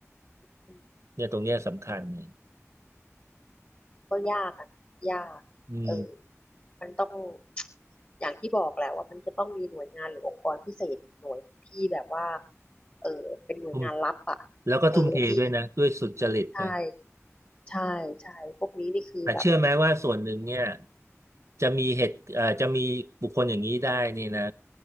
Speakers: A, on the left; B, on the right.
A: อืม
B: เนี่ยตรงเนี้ยสำคัญเนี่ย
A: ก็ยากอ่ะยากเออ
B: อืม
A: มันต้อง อย่างที่บอกแหละว่ามันจะต้องมีหน่วยงานหรือองค์กรพิเศษอีกหน่วยหนึ่งที่แบบว่า เออเป็นหน่วยงานลับอ่ะ
B: ทุ่มแล้วก็ทุ่มเทด้วยนะด้วยสุจริตนะ
A: เออที่ใช่ใช่ใช่พวกนี้นี่คือแบบ
B: แต่เชื่อไหมว่าส่วนหนึ่งเนี่ยจะมีเหตุเอ่อจะมีบุคคลอย่างนี้ได้นี่นะ